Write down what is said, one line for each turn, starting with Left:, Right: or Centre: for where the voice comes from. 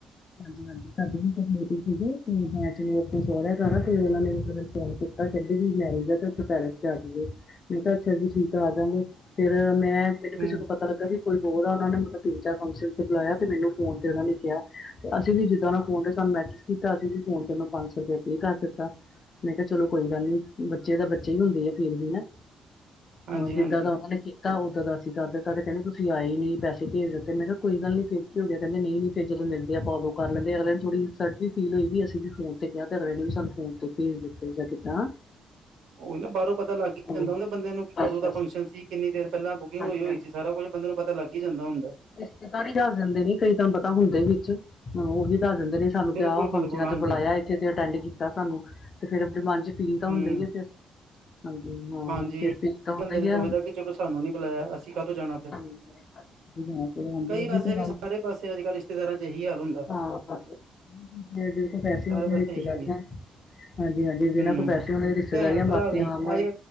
Left: ਹਾਂਜੀ ਹਾਂਜੀ ਸਾਡੇ ਵੀ ਸੀਗੇ ਤੇ ਮੈਂ ਸੋਆ ਸਾਰਾ ਤੇ ਉਹਨਾਂ ਨੇ ਮ ਫੋਨ ਕੀਤਾ। ਤਾਂ ਕਹਿੰਦੇ ਵੀ ਮੈਰਿਜ ਆ ਤੇ ਉੱਥੇ ਪੈਲਸ ਚ ਆਈਏ। ਮੈਂ ਕਿਹਾ ਅੱਛਾ ਜੀ ਠੀਕ ਆ ਆ ਜਾਂਗੇ ਫੇਰ ਮੈਂ ਮੈਨੂੰ
Right: ਹੂੰ,
Left: ਕਿਸੇ ਕੋ ਪਤਾ ਲੱਗਾ ਵੀ ਕੋਈ ਬਹੁਤ ਆ ਉਹਨਾਂ ਨੇ ਮਲ ਤਿੰਨ ਚਾਰ ਫੰਕਸ਼ਨ ਤੇ ਬੁਲਾਇਆ ਤੇ ਮੈਨੂੰ ਫੋਨ ਤੇ ਉਹਨਾਂ ਨੇ ਕਿਹਾ। ਤੇ ਅਸੀਂ ਵੀ ਜਿੱਦਾਂ ਉਹ ਫੋਨ ਤੇ ਸਾਨੂੰ ਮੈਸੇਜ ਕੀਤਾ ਅਸੀਂ ਵੀ ਫੋਨ ਤੇ ਉਹਨੂੰ ਪੰਜ ਸੌ ਰੁਪਏ ਪੇ ਕਰ ਦਿੱਤਾ। ਮੈਂ ਕਿਹਾ ਚਲੋ ਕੋਈ ਗੱਲ ਨੀ ਬੱਚੇ ਤਾਂ ਬੱਚੇ ਹੀ ਹੁੰਦੇ ਆ ਫੇਰ ਵੀ ਨਾ
Right: ਹਾਂਜੀ
Left: ਹੁਣ ਜਿੱਦਾਂ
Right: ਹਾਂਜੀ
Left: ਦਾ ਓਹਨੇ ਤਾਂ ਓਦਰ ਦਾ ਅਸੀ ਕਰ ਦਿੱਤਾ ਤੇ ਕਹਿੰਦੇ ਤੁਸੀਂ ਆਏ ਨੀ ਪੈਸੇ ਭੇਜ ਦਿੱਤੇ ਮੈਂ ਕਿਹਾ ਕੋਈ ਗੱਲ ਨੀ ਫਿਰ ਹੋ ਗਿਆ ਕੀ ਨਹੀਂ ਜਦੋਂ ਮਿਲਦੇ ਆ ਆਪਾਂ ਉਦੋਂ ਕਰ ਲੈਂਦੇ ਅਗਲੇ ਨੇ ਥੋੜੀ ਇੰਸੂਲਤ ਵੀ ਫੀਲ ਹੋਈ ਵੀ ਅਸੀਂ ਵੀ ਫੋਨ ਤੇ ਕਿਹਾ ਤੇ ਅਗਲੇ ਨੇ ਵੀ ਸਾਨੂੰ ਫੋਨ ਤੇ ਪੀਸ ਦਿਤੇ ਜਾ ਕਿਦਾ
Right: ਹ।
Left: <unintelligible>
Right: <unintelligible> ਉਹੀ ਨਾ ਬਾਹਰੋਂ ਪਤਾ ਲੱਗ ਹੀ
Left: ਹੂੰ
Right: ਜਾਂਦਾ ਉਹਦੇ ਬੰਦੇ ਨੂੰ ਵੀ ਕਦੋਂ
Left: ਬਸ
Right: ਦਾ
Left: ਬਸ
Right: ਫੰਕਸ਼ਨ ਸੀ ਕਿੰਨੀ ਦੇਰ ਪਹਿਲਾਂ ਬੁਕਿੰਗ
Left: ਹਾਂਜੀ
Right: ਹੋਈ ਹੋਈ ਸੀ ਸਾਰਾ ਕੁਜ ਬੰਦੇ ਨੂੰ ਪਤਾ ਲੱਗ ਹੀ ਜਾਂਦਾ ਹੁੰਦਾ।
Left: ਰਿਸ਼ਤੇਦਾਰ ਹੀ ਦੱਸ ਦਦੇ ਨੇ ਕਈ ਤੁਹਾਨੂੰ ਪਤਾ ਹੁੰਦੇ ਵੀ ਵਿੱਚ ਹ ਉਹੀ ਦੱਸ ਦਿੰਦੇ ਨੇ ਸਾਨੂੰ
Right: ਬਿਲਕੁਲ
Left: ਕਿਆ
Right: ਬਿਲਕੁਲ
Left: ਫੰਕਸ਼ਨਾਂ
Right: ਹਾਂਜੀ
Left: ਚ ਬੁਲਾਇਆ ਇੱਥੇ ਤੇ ਅਟੈਂਡ ਕੀਤਾ ਸਾਨੂੰ ਤੇ ਫੇਰ ਆਪਣੇ ਮਨ ਚ ਫੀਲ ਤਾਂ
Right: ਹਮ
Left: ਹੁੰਦਾ ਈ ਏ ਫਿਰ ਹਾਂਜੀ ਹਾਂ
Right: ਹਾਂਜੀ
Left: ਫਿਰ ਫੀਲ ਤਾਂ ਹੁੰਦਾ
Right: ਬੰਦਾ
Left: ਹੀ
Right: ਇਹ ਸੋਚਦਾ
Left: ਆ
Right: ਕਿ ਚਲੋ ਸਾਨੂੰ ਨਹੀਂ ਬੁਲਾਇਆ ਅਸੀਂ ਕਦੋ ਜਾਣਾ ਫਿਰ
Left: ਸਾਨੂੰ ਜਾਣਾ ਚਾਹੀਦਾ ਹਾਂਜੀ
Right: ਕਈ
Left: ਉਹੀ
Right: ਪਾਸੇ
Left: ਤੇ
Right: ਨੇ ਸਾਰੇ ਪਾਸੇ ਅੱਜ ਕੱਲ੍ਹ ਰਿਸ਼ਤੇਦਾਰਾਂ ਚ ਇਹੀ ਹਾਲ ਹੋਏ।
Left: ਆਹੋ ਬਾੱਸ, ਜਿਦੇ ਕੋਲ ਪੈਸੇ
Right: ਸਾਰੇ
Left: ਹੋਗੇ
Right: ਪਾਸੇ
Left: ਰਿਸ਼ਤੇਦਾਰੀਆਂ।
Right: ਇਹੀ ਹੈ
Left: ਹਾਂਜੀ-ਹਾਂਜੀ ਜਿਨਾਂ
Right: ਹੂੰ,
Left: ਕੋਲ ਪੈਸੇ ਓਨਾ ਦੀ ਰਿਸ਼ਤੇਦਾਰੀਆ
Right: ਭੈਣ ਭਰਾ
Left: ਬਾਕੀ
Right: ਵੀ
Left: ਆਮ-
Right: ਅੱਜ